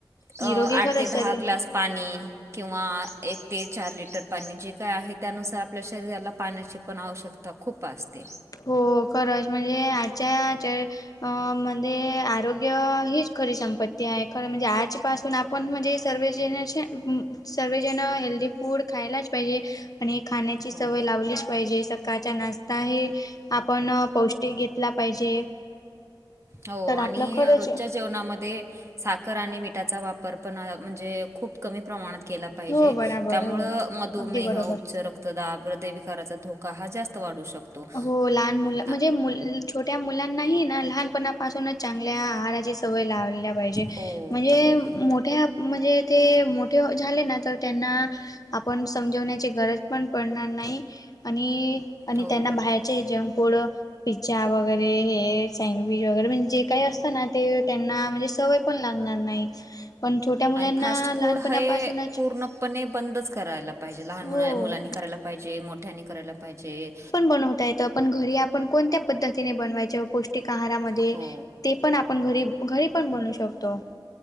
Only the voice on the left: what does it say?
निरोगी
खरंच
शरीर
हो खरंच म्हणजे आजच्या च मध्ये आरोग. यग हीच खरी संपत्ती आहे खर म्हणजे आज पासून आपण म्हणजे सर्व ज सर्ळेजण हेल्दीी फूड खायलाच पाहिजे. आणि खाण्याची सवय
लावलीच पाहिजे सकाळचा नाश्ता हे.. आपण पौष्टिक घेतला पाहिजे.
तर
आपलं खरंच
हो बराबर
हो
अगदी बरोबर
हो लहान मुलं म्हणजे
मु छोट्या मुलांनाही ना लहानपणापासूनच. चांगल्या आहाराची सवय लावल्या पाहिजे
म्हणजे
मोठ्या. म्हणजे ते मोठे झाले ना तर त्यांना.. आपण समजवण्याची गरज पण पडणार नाही आणि आणि
त्यांना बाहेर.. हे जंक फूड पिझ्जा वगैरे हे सँडविच वगैरे म्हणजे जे काही असतं ना. ते त्यांना म्हणजे सवय पण लागणार नाही. पण छोट्या मुलांना
लहानपणापासूनच
हो
यण घरी आपण कोण्या पद्ती ब पष्ट आहाराण
आपण घरी घरी पण बनू शकतो.